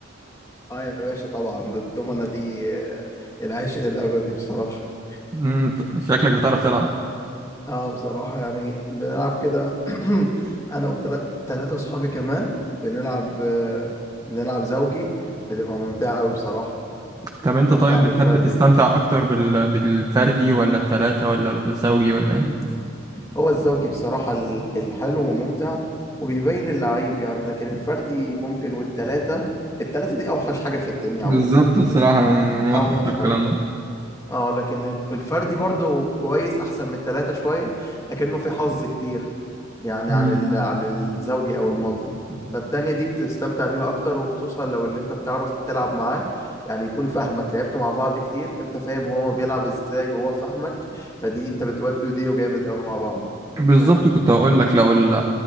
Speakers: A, on the left; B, on the right.
A: اه يا باشا طبعا الضمنة دي آه، العشق الابدي بصراحة
B: مم، ط- شكلك بتعرف تلعب
A: اه بصراحة يعني بنلعب كده <clears throat> انا وثلاثة اصحابي كمان بنلعب آه، بنلعب زوجي بتبقى ممتعة قوي بصراحة
B: طب انت طيب
A: امتع من
B: بتحب
A: الفردي
B: تستمتع اكتر بال... بالفردي ولا التلاتة ولا الزوجي ولا ايه؟
A: مم. هو الزوجي بصراحة ال- الحلو وممتع وبيبين اللعيب يعني لكن الفردي ممكن والتلاتة التلاتة دي اوحش حاجة في الدنيا
B: بالظبط
A: عموما
B: الصراحة أنا موافقك
A: اوحش
B: في الكلام
A: حاجة
B: ده
A: اه لكن ال- الفردي برضو كويس احسن من التلاتة شوية لكنه في حظ كتير يعني
B: مم.
A: عن ال... عن الزوجي او المالتي فالتانية دي بتستمتع بيها اكتر وخصوصا لو اللي انت بتعرف تلعب معاه يعني يكون فاهمك لعبتوا مع بعض كتير انت فاهم هو بيلعب ازاي وهو فاهمك فدي انت بتودوا دي وجامد قوي مع بعض
B: بالظبط
A: فاهم
B: كنت هقول لك لو ال...